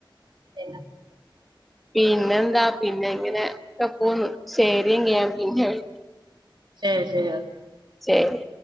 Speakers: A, on the right; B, in the centre.
A: പിന്നെ
B: പിന്നെന്താ പിന്നെ ങ്ങനെ ക്കെ പോന്നു ശെരി ന്നാ ഞാൻ പിന്നെ വിളി
A: ശെരി ശെരി ഓ
B: ശെരി